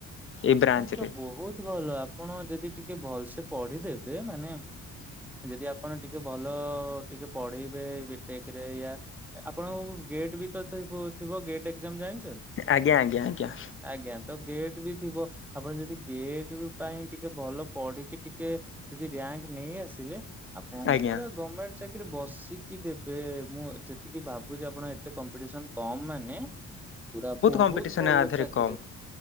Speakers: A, on the left (about 45°); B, in the centre.
A: ଏଇ ବ୍ରାଞ୍ଚରେ
B: ତାହେଲେ ତ ବହୁତ ଭଲ, ଆପଣ ଯଦି ଟିକେ ଭଲସେ ପଢିଦେବେ ମାନେ ଯଦି ଆପଣ ଟିକେ ଭଲ ଟିକେ ପଢେଇବେ ବିଟେକ ରେ ୟା ଆପଣଙ୍କ ଗେଟ୍ ବି ତ ଥ ଥିବ ଗେଟ୍ ଏକ୍ଜାମ ଜାଣି
A: ଆଜ୍ଞା ଆଜ୍ଞା ଆଜ୍ଞା
B: ଆଜ୍ଞା ତ ଗେଟ ବି ଥିବ ଆପଣ ଯଦି ଗେଟ୍ ପାଇଁ ଟିକେ ଭଲ ପଢିକି ଟିକେ ଯଦି ରିର୍ୟାଙ୍କ ନେଇ ଆସିଲେ ଆପଣ
A: ଆଜ୍ଞା
B: ପୁରା ଗମେଣ୍ଟ ଚାକିରି ବସିକି ଦେବେ ମୁଁ ଯେତିକି ଭାବୁଛି ଆପଣ ଏତେ କମ୍ପିଟିସନ କମ ମାନେ ପୁରା ବହୁତ
A: କମ୍ପିଟିସନ୍
B: ଭଲ
A: ଆ ଦେହରେ
B: ଚାକିରି
A: କମ୍